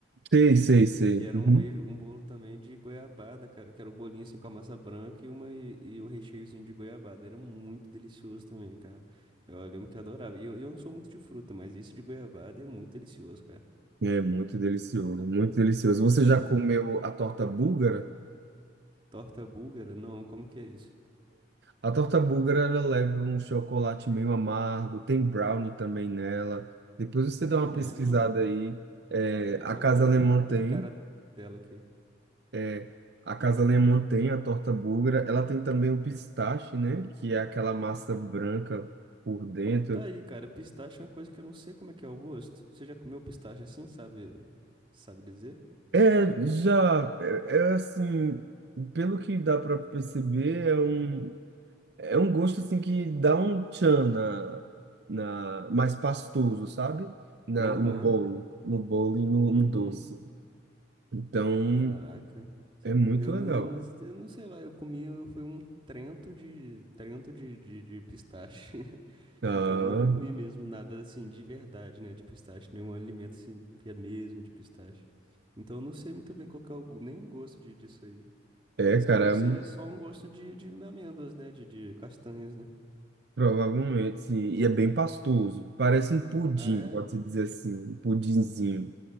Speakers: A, on the right; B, on the right.
A: Sei, sei, sei.
B: Que era
A: Uhum.
B: um beijo, um bolo também de goiabada, cara. Que era o bolinho assim com a massa branca e uma e, e o recheiozinho de goiabada. Era muito delicioso também, cara. Eu lembro que eu adorava. E eu, eu não sou muito de fruta, mas esse de goiabada é muito delicioso, cara.
A: É muito delicioso, muito delicioso.
B: Hum,
A: Você já comeu a torta búlgara?
B: torta búlgara? Não, como que é isso?
A: A torta búlgara, ela leva um chocolate meio amargo, tem brownie também nela. Depois você dá
B: É
A: uma
B: mesmo?
A: pesquisada aí. É,
B: Caraca,
A: a Casa
B: vou até
A: Alemã
B: ver
A: tem,
B: a cara dela aqui.
A: é, a Casa Alemã tem a torta búlgara. Ela tem também o pistache, né? Que é aquela massa branca por dentro.
B: Pô, tá aí, cara. Pistache é uma coisa que eu não sei como é que é o gosto. Você já comeu pistache assim, sabe? Sabe dizer?
A: É, já, é, é assim, pelo que dá para perceber, é um É um gosto assim que dá um tchan na, na mais pastoso, sabe? Na,
B: Aham.
A: no bolo, no bolo e no,
B: Uhum.
A: no doce. Então,
B: Caraca.
A: é muito
B: Eu
A: legal.
B: não, mas eu não sei lá, eu comi, eu- foi um trento de, trento de, de, de pistache. <laughs>
A: Ah,
B: Então eu nunca comi mesmo nada assim de verdade, né, de pistache, nenhum alimento assim que é mesmo de pistache. Então eu não sei muito bem qual que é o, gu- nem o gosto de, disso aí.
A: é,
B: Mas
A: cara,
B: creio que
A: é muito-
B: seja só um gosto de, de amêndoas, né, de, de castanhas, né?
A: provavelmente sim. E é bem pastoso. Parece um pudim,
B: Ah, é?
A: pode-se dizer assim, um pudinzinho,